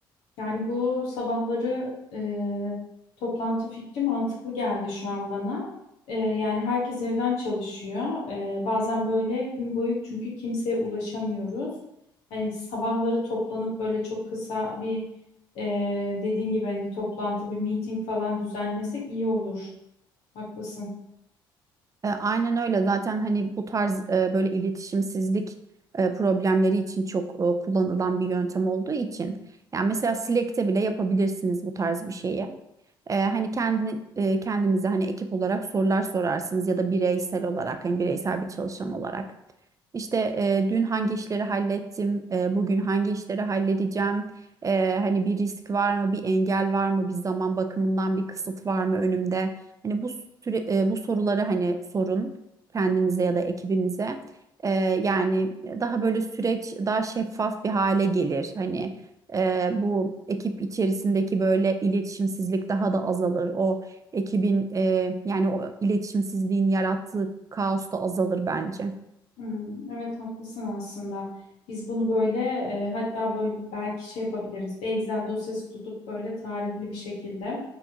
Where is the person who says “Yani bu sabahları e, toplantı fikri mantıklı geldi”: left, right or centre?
Left